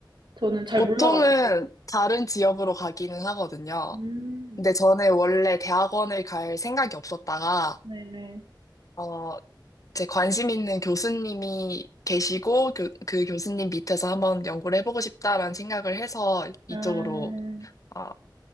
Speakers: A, on the right; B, on the left.
A: 저는 잘
B: 보통은
A: 몰라가지고.
B: 다른 지역으로 가기는 하거든요.
A: 음,
B: 근데 저는 원래 대학원을 갈 생각이 없었다가
A: 네네.
B: 어, 제 관심 있는 교수님이 계시고 교- 그 교수님 밑에서 한번 연구를 해보고 싶다라는 생각을 해서 이쪽으로
A: 아,
B: 어,